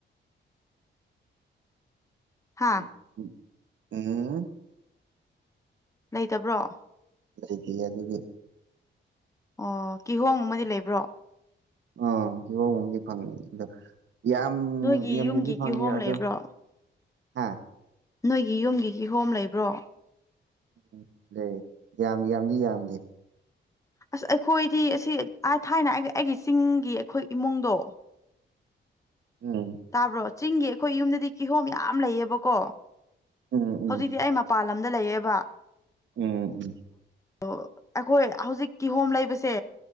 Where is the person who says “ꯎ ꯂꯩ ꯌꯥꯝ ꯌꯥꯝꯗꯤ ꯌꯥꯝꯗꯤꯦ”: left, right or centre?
Right